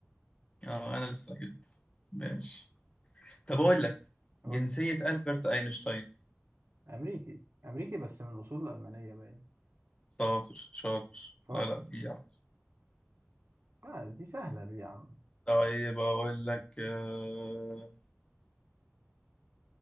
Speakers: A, on the left; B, on the right.
A: اه انا اللي استعجلت ماشي طب اقول لك
B: قول
A: جنسية
B: لي.
A: ألبرت أينشتاين
B: امريكي امريكي بس من اصول المانيه باين
A: شاطر شاطر
B: صح؟
A: لا لا دي يعني.
B: لا دي سهلة دي يا عم
A: طيب اقول لك آه...